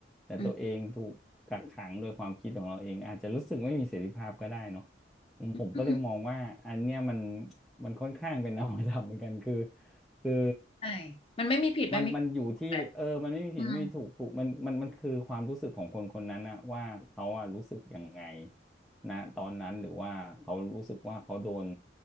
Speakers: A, in the centre; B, on the left.
A: แต่ตัวเองถูกกักขังโดยความคิดของเราเองอาจจะรู้สึกไม่มีเสรีภาพก็ได้เนาะ
B: อืม
A: ผมผมก็เลยมองว่าอันเนี้ยมัน
B: อืม
A: มันค่อนข้างเป็นนวัตกรรมเหมือนกันคือคือ
B: ใช่มันไม่มีผิดไม่มีถูกแบบ
A: มันมันอยู่ที่เออมันไม่มีผิดไม่มีถูกถูกมันมันมันคือความรู้สึกของคนคนนั้นนะว่าเขาอะรู้สึกยังไง
B: อืม
A: นะตอนนั้นหรือว่าเขารู้สึกว่าเขาโดน